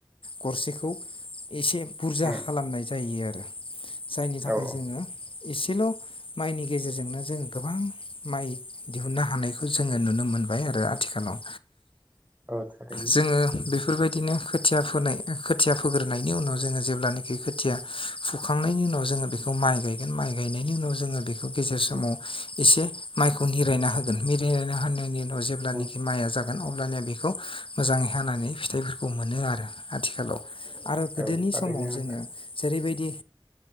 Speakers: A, on the left; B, on the right.
A: गरसेखौ एसे बुरजा
B: उम
A: खालामनाय जायो आरो जायनि थाखाय
B: औ औ
A: जोङो एसेल' माइनि गेजेरजोंनो जों गोबां माइ दिहुननो हानायखौ जोङो नुनो मोनबाय आरो आथिखालाव
B: औ थारैनो
A: जोङो बेफोरबायदिनो खोथिया फोनाय खोथिया फोग्रोनायनि उनाव जोङो जेब्लानाखि खोथिया फुखांनायनि उनाव जोङो बेखौ माइ गायगोन माइ गायनायनि उनाव जोङो बेखौ बेखौ गेजेर समाव
B: उम
A: एसे माइखौ निरायना होगोन मिरायलायना हानायनि ओ जेब्लानिखि
B: उम
A: माइ आ जा गोन अब्लानिया बेखौ मोजाङै हानानै फिथाइफोरखौ मोनो आरो आथिखालाव आरो गोदोनि
B: औ थारैनो
A: समाव
B: नोंथां
A: जोङो जेरैबायदि